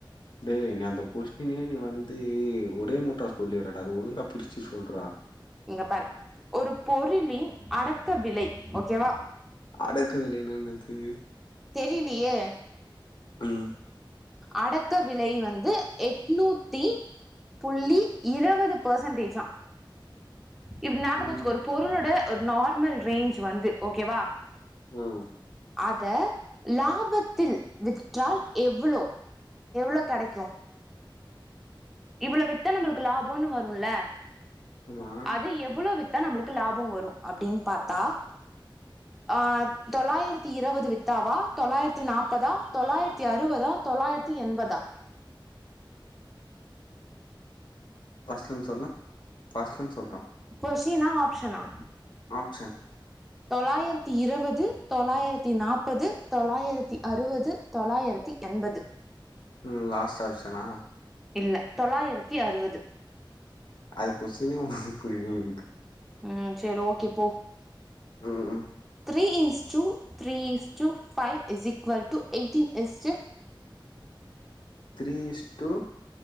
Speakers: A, on the left; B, in the centre.
A: டே நீ அந்த கொஸ்டினே நீ வந்து ஒரே மூட்டா சொல்லிற்றடா அத ஒழுங்கா பிரிச்சு சொல்றா
B: இங்க பாரு ஒரு பொருளின் அடக்க விலை ஓகேவா
A: அடக்க விலைனா என்னது
B: தெரிலையே
A: உம்
B: அடக்க விலை வந்து எட் எட்நூத்தி புள்ளி இருவது பேசன்டேஜா இப்டி நாபகோ
A: ம்
B: வச்சுக்கோ ஒரு பொருளோட ஒரு நார்மல் ரேஞ்ச் வந்து ஓகேவா
A: உம்
B: அத லாபத்தில் விற்றால் எவ்ளோ எவ்ளோ கெடக்கு
A: ஆஹ
B: இவ்ளோ வித்தா நம்ளுக்கு லாபோனு வரும்ல
A: ஆமா
B: அது எவ்ளோ வித் தா நம்பளுக்கு லாபோ வரும் அப்டின்னு பாத்தா ஆ தொள்ளாயிரத்தி இருவது வித்தாவா தொள்ளாயிரத்தி நாப்பதா தொள்ளாயிரத்தி அறுவதா தொளாயிரத்தி எண்பதா
A: ஃபஸ்ட்லன்னு சொல்லு ஃபஸ்ட்ல ருந்து சொல்றா
B: கொஷ்டினா ஆப்ஷனா
A: ஆப்ஷன்
B: தொளாயிரத்தி இருவது தொள்ளாயிரத்தி நாப்பது தொளாயிரத்தி அறுவது தொளாயிரத்தி எண்பது உ
A: ம் லாஸ்ட் ஆப்ஷனா
B: இல்ல தொள்ளாயிரத்தி அறுவது
A: அது கொஸினே உ புரியல எனுக்
B: உம் செரி ஓகே போ
A: ம் ம்
B: three is to three is to five is equal to eighteen is to
A: three is to